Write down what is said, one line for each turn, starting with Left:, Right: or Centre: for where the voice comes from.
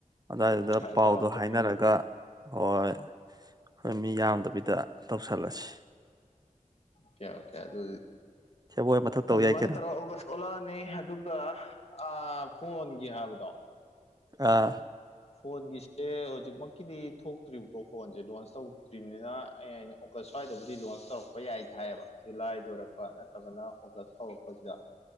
Right: ꯑꯗꯨ ꯋꯥꯏꯗꯨꯗ
Left: ꯑꯗꯨ
Right: ꯄꯥꯎꯗꯣ
Left: ꯇꯧꯔ ꯑꯝꯇ
Right: ꯍꯥꯏꯅꯔꯒ
Left: ꯄꯨꯟꯁꯦ
Right: ꯍꯣꯏ ꯑꯈꯣꯏ ꯃꯤ ꯌꯥꯝꯗꯕꯤꯗ ꯇꯧꯁꯜꯂꯁꯤ꯫
Left: ꯀꯦꯌꯥ ꯀꯦꯌꯥ ꯑꯣꯏꯗꯣꯏ
Right: ꯁꯦꯕꯣꯠ ꯃꯊꯛ ꯇꯧ
Left: ꯑꯗꯨꯃꯥꯏꯅ
Right: ꯌꯥꯏ ꯀꯩꯅꯣ
Left: ꯇꯧꯔ ꯑꯧꯒꯁ ꯊꯣꯛꯂꯛꯑꯅꯤ ꯑꯗꯨꯒ ꯑꯥ ꯐꯣꯟꯒꯤ ꯍꯥꯏꯕꯗꯣ
Right: ꯑꯥ
Left: ꯐꯣꯟꯒꯤꯁꯦ ꯍꯧꯖꯤꯛꯃꯛꯀꯤꯗꯤ ꯊꯣꯛꯇ꯭ꯔꯤꯕꯀꯣ ꯐꯣꯟꯁꯦ ꯂꯣꯟꯁ ꯇꯧꯗ꯭ꯔꯤꯕꯅꯤꯅ ꯑꯩ ꯍꯥꯏꯅ ꯑꯣꯒꯁ ꯁ꯭ꯨꯋꯥꯏꯗꯕꯨꯗꯤ ꯂꯣꯟꯁ ꯇꯧꯔꯛꯄ ꯌꯥꯏꯗ ꯍꯥꯏꯌꯦꯕ ꯖꯨꯂꯥꯏ ꯂꯣꯏꯔꯛꯄ ꯅꯠꯇ꯭ꯔꯒꯅ ꯑꯣꯒꯁ ꯍꯧꯔꯛꯄꯁꯤꯗ